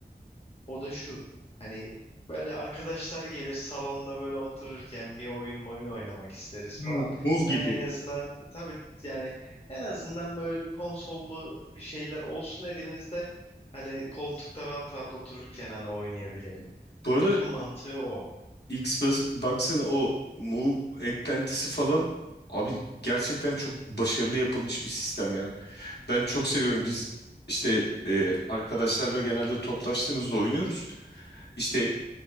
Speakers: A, on the left (about 35°); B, on the left (about 75°).
A: O da şu. Hani böyle arkadaşlar gelir salonda böyle otururken bir oyun oyun oynamak isteriz
B: Hmm.
A: falan.
B: Bul
A: Hani
B: gibi.
A: en azından tabii yani en azından böyle bir konsollu bir şeyler olsun elimizde. Hani koltukta rahat rahat otururken hani oynayabilelim.
B: Bu arada
A: Bütün mantığı o.
B: X baksana o Move eklentisi falan abi gerçekten çok başarılı yapılmış bir sistem ya. Ben çok seviyorum. Biz işte e, arkadaşlarla genelde toplaştığımızda oynuyoruz. İşte